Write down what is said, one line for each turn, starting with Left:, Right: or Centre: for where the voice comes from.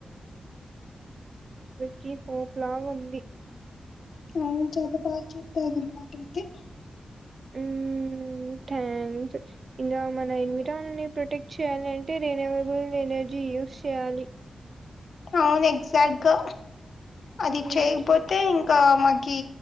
Right: కి హోప్ లాగుంది
Left: అవును చాద బాగా చెప్పాద్ర్ మాకయితే
Right: ఊ థ్యాంక్స్ ఇంగా మన ఎన్విరాల్ ని ప్రొటెక్ట్ చేయ్యాల ంటే రేనావబుల్ ఎనర్జీ యూస్ చేయాలి
Left: అవున్ ఎగ్జాక్ట్గా అది
Right: ఉమ్
Left: చేయకపోతే ఇంకా మాకి